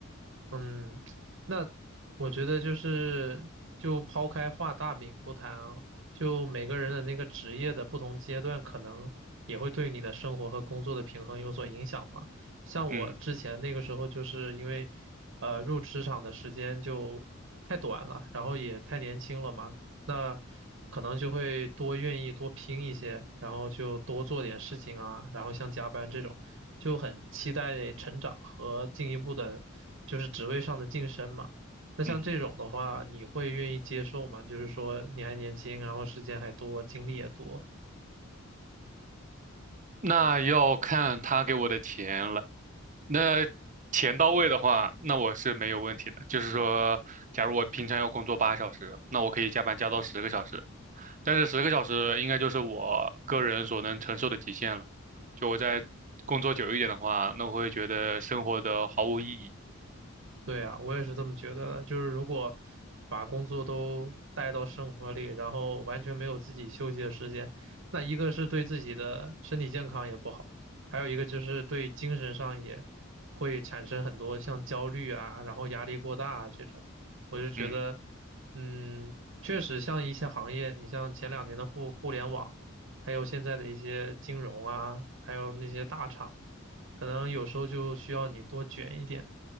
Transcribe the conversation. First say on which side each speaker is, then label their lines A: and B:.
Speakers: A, on the right (about 65°); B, on the right (about 40°).
A: 嗯，那我觉得就是，就抛开画大饼不谈啊，就每个人的那个职业的不同阶段，可能也会对你的生活和工作的平衡有所影响嘛。像我之前那个时候，
B: 嗯
A: 就是因为，呃，入职场的时间就太短了，然后也太年轻了嘛，那可能就会多愿意多拼一些，然后就多做点事情啊，然后像加班这种，就很期待成长和进一步的，就是职位上的晋升嘛。那像这种的话，
B: 嗯。
A: 你会愿意接受吗？就是说你还年轻，然后时间还多，精力也多。
B: 那要看他给我的钱了。那钱到位的话，那我是没有问题的。就是说，假如我平常要工作八小时，那我可以加班加到十个小时，但是十个小时应该就是我个人所能承受的极限了。就我在工作久一点的话，那我会觉得生活的毫无意义。
A: 对啊，我也是这么觉得的。就是如果把工作都带到生活里，然后完全没有自己休息的时间，那一个是对自己的身体健康也不好，还有一个就是对精神上也会产生很多像焦虑啊，然后压力过大啊这种。我就觉得，
B: 嗯
A: 嗯，确实像一些行业，你像前两年的互互联网，还有现在的一些金融啊，还有那些大厂啊，可能有时候就需要你多卷一点。